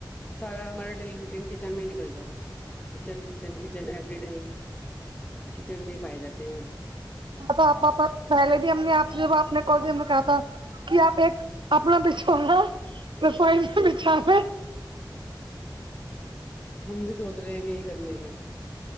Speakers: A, on the left; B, on the right.
A: سارا ہمارا ڈیلی روٹین کچن میں ہی نکل جا رہا ہے kitchen kitchen kitchen every time kitchen میں ہی پائے جاتے ہیں ہم
B: تھااپا پہلے بھی ہم نے آپ سے آپ نے کال سے ہم نے کہا تھا کہ آپ ایک اپنا پھوڑ رہا رسوائی میں بچ چھاے
A: ہم بھی سوچ رہے ہیں یہی کرنے کا